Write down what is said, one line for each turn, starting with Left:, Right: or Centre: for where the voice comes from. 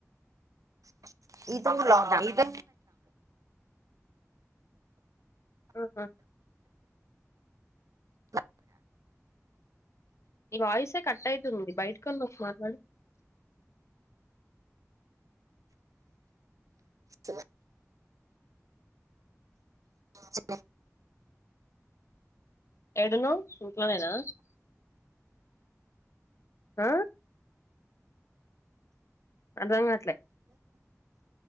Right: అస్ ఇత ఉ లో ఇత
Left: ఆ ఆ
Right: బ
Left: ఈ వాయిసే కట్ అవుతుంది బయటకన్న ఒక మాట్లాడు
Right: స చె
Left: ఎడును చూట్లోనేనా ఆ అదంగట్లే